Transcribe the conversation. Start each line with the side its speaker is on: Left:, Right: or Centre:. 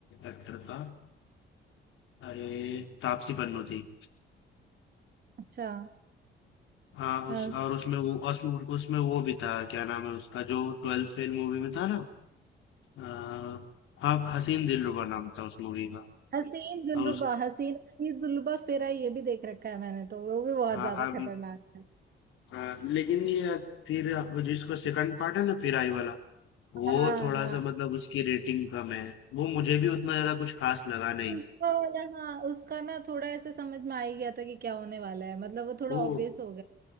Left: एक्टर का अरे तापसी पन्नू थी
Right: अच्छा
Left: हाँ
Right: अ,
Left: उस और उसमें वो उसमें उसमें वो भी था क्या नाम है उसका जो ट्वेल्थ फेल मूवी में था ना आ, हाँ हसीन दिलरुबा नाम था उस मूवी का
Right: हसीन दिलरुबा
Left: और उस
Right: हसीन हसीन दिलरुबा फिर आई ये भी देख रखा है मैंने तो वो भी बहुत
Left: हाँ
Right: ज्यादा
Left: अब
Right: खतरनाक है
Left: हाँ, लेकिन ये फिर आप जिसको सेकंड पार्ट है ना फिर आई वाला वो
Right: हाँ
Left: थोड़ा
Right: हाँ
Left: सा मतलब उसकी रेटिंग कम है वो मुझे भी उतना ज्यादा कुछ खास
Right: दिलरुबा
Left: लगा नहीं
Right: वाला हाँ उसका ना थोड़ा ऐसे समझ में आ ही गया था कि क्या होने वाला है मतलब वो थोड़ा
Left: वो
Right: ऑब्वियस हो